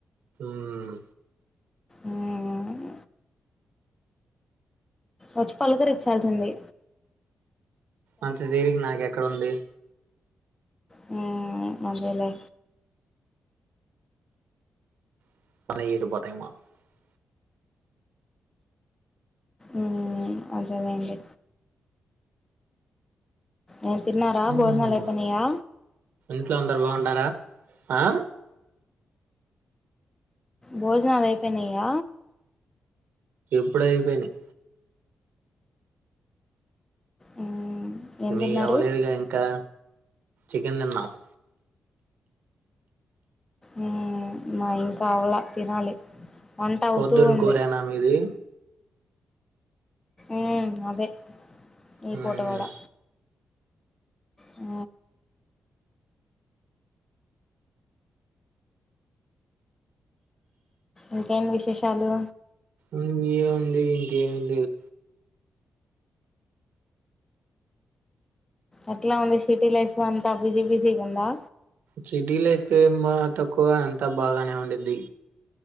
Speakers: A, on the right; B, on the left.
A: హమ్
B: అమ్ వచ్చి పలుకరిచ్చాల్సింది
A: అంత తిరిగి నాకెక్కడ ఉంది.
B: హ్మ్ అదేలే
A: <unintelligible>
B: ఉమ్ అవుసెలెండి ఏం తిన్నారా
A: హ్మ్,
B: భోజనాలు అయిపోయినియా
A: ఇంట్లో అందరు బాగుంటారా ఆ
B: భోజనాలు అయిపోయినాయి ఇక
A: ఎప్పుడో అయి పోయిన్నాయి
B: మ్మ్ ఏం
A: మీ
B: తిన్నారు
A: అవ్వలేదుగా ఇంకా ఎం తిన్నావ్
B: ఉమ్ మాది ఇంకా అవాలా తినాలి వంట అవుతూ
A: పొద్దున
B: ఉంది
A: కూరెనా మీది
B: ఉమ్ అదే ఈ
A: హ్మ్,
B: పూట కూడా ఆ ఇంకేం విశేషాలు
A: ఇంకోమ్ ఉంది ఇంకేం లేదు.
B: ఏట్లా ఉంది సిటీ లైఫ్ అంతా బిజీ బిజీ ఉందా
A: సిటీ లైఫ్ ఏ మా తక్కువ అంత బాగానే ఉండిద్ది.